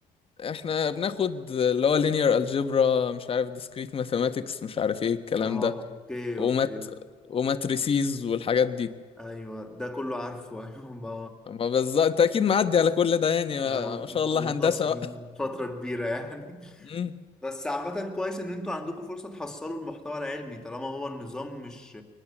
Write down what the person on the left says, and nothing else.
احنا بناخد اللي هو linear algebra مش عارف discrete mathematics مش عارف ايه الكلام
ده
ومات
وماتريسيز والحاجات دي
ما بالظبط انت اكيد معدي على كل ده يعني ما,
ما شاء
الله
هندسة
بقى
مم.